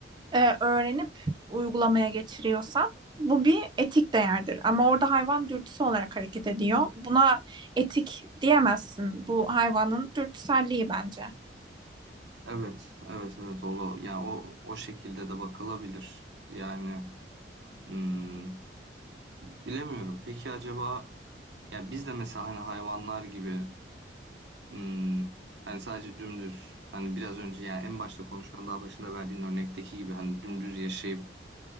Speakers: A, on the right; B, on the right.
A: e, öğrenip uygulamaya geçiriyorsan bu bir etik değerdir. Ama orada hayvan dürtüsü olarak hareket ediyor. Buna etik diyemezsin. Bu hayvanın dürtüselliği bence.
B: Evet, evet, evet. O, yani o o şekilde de bakılabilir. Yani hmm, bilemiyorum. Peki acaba ya biz de mesela hani hayvanlar gibi hmm, hani sadece dümdüz hani biraz önce yani en başta konuşmanın daha başında verdiğin örnekteki gibi hani dümdüz yaşayıp